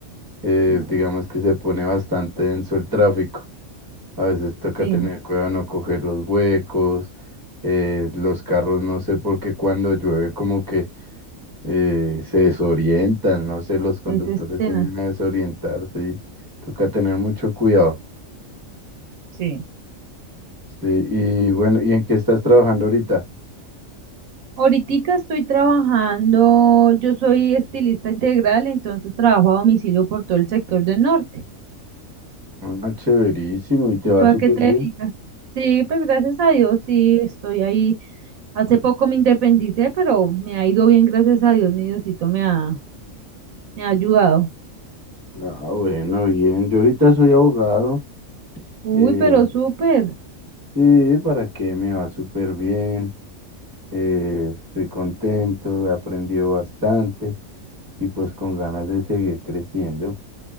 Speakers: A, on the right (about 15°); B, on the right (about 85°).
A: eh,
B: No.
A: digamos que se pone bastante denso el tráfico. A veces toca
B: Sí.
A: tener cuidado no coger los huecos, eh, los carros, no sé por qué cuando llueve como que eh, se desorientan, no sé, los conductores
B: es tenaz.
A: tienden a desorientarse y toca tener mucho cuidado.
B: Sí.
A: Sí, y bueno, ¿y en qué estás trabajando ahorita?
B: Ahoritica estoy trabajando, yo soy estilista integral, entonces trabajo a domicilio por todo el sector del norte.
A: Ah, chéverísimo, y te
B: ¿Y
A: va
B: tú
A: súper
B: a qué te
A: bien.
B: dedicas? Sí, pues gracias a Dios, sí, estoy ahí. Hace poco me independicé, pero me ha ido bien, gracias a Dios, mi Diosito me ha, me ha ayudado.
A: Ah, bueno, bien. Yo ahorita soy abogado.
B: Uy,
A: eh,
B: pero súper,
A: sí, ¿para qué? Me va súper bien. eh, estoy contento, he aprendido bastante y pues con ganas de seguir creciendo.